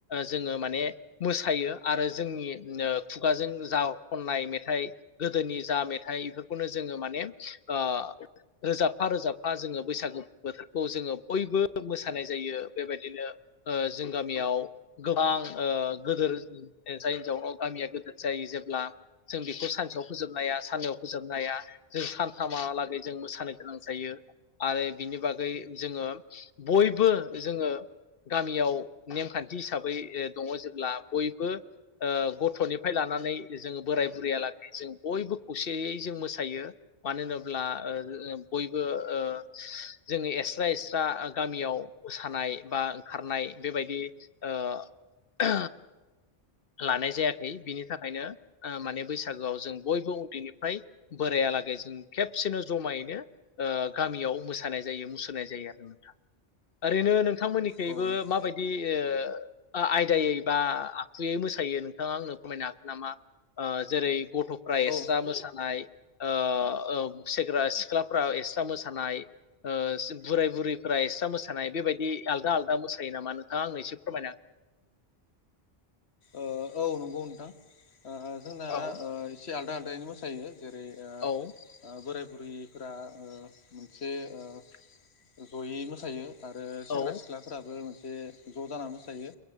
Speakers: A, on the left; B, on the left.
A: जोङो माने मोसायो आरो जोंनि नो खुगाजों जा खननाय मेथाइ गोदोनि जा मेथाइ बेफोरखौनो जोङो माने ओ रोजाबफा रोजाबफा जोङो बैसागु बोथोरखौ जोङो बयबो मोसानाय जायो बेबायदिनो ओ जों गामियाव गोबां ओ गोदोर जायनि जाउनाव गामिया गदोर जायो जेब्ला जों बेखौ सानसेयाव फोजोबनो हाया साननैयाव फोजोबनो हाया जों सानथामहालागै जों मोसानो गोनां जायो आरो बिनि बागै जोङो बयबो जोङो गामियाव नेमखान्थि हिसाबै दङ जे ब्ला बयबो ओ गथ'निफ्राय लानानै जोङो बोराय बुरैयालागै जों बयबो खौसेयै जों मोसायो मानो होनोब्ला ओ बयबो ओ जोङो एक्सट्रा एक्सट्रा गामियाव मोसानाय बा ओंखारनाय बेबायदि ओ ओ लानाय जायाखै बिनि थाखायनो माने बैसागोआव जों बयबो उन्दैनिफ्राय बोरायालागै जों खेबसेनो जमायैनो ओ गामियाव मोसानाय जायो मुसुरनाय जायो आरो नोंथां ओरैनो नों थांमोननिखैबो
B: औ नंगौ
A: माबायदि ओ अ आय यै बा आखुयै मोसायो नोंथाङा आंनो फोरमायनो हागोन नामा ओ जेरै गथ'फ्रा एक्सट्रा
B: औ
A: मोसानाय ओ ओं सेंग्रा सिख्लाफ्रा एक्सट्रा मोसानाय ओ बोराय बुरैफोरा एक्सट्रा मोसानाय बेबायदि आलदा आलदा मोसायो नामा नोंथाङा आंनो एसे फोरमायना
B: ओ औ नंगौ नोंथां ओ जोंना
A: औ
B: ओ एसे आलदा आल यैनो मोसायो जेरै ओ
A: औ
B: ओ बोराय बुरैफोरा ओ मोनसे ओ जयै मोसायो। आरो सेंग्रा
A: औ
B: सिख्लाफोराबो मोनसे ज' जाना मोसायो।